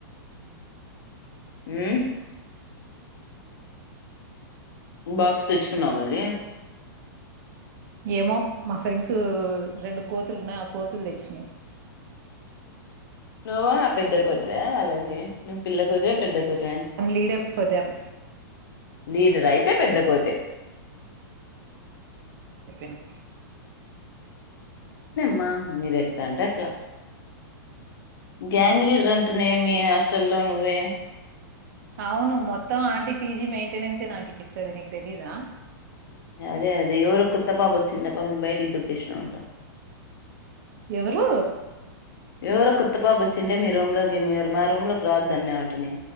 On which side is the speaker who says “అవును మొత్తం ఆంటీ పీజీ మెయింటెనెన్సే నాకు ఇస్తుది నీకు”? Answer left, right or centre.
Right